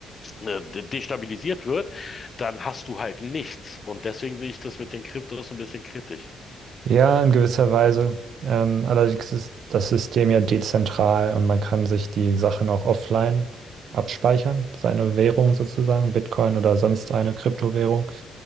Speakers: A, on the left; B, on the right.
A: äh, de- destabilisiert wird, dann hast du halt nichts. Und deswegen sehe ich das mit den Kryptos ein bisschen kritisch.
B: Ja, in gewisser Weise. Ähm, allerdings ist das System ja dezentral und man kann sich die Sachen auch offline abspeichern, seine Währung sozusagen, Bitcoin oder sonst eine Kryptowährung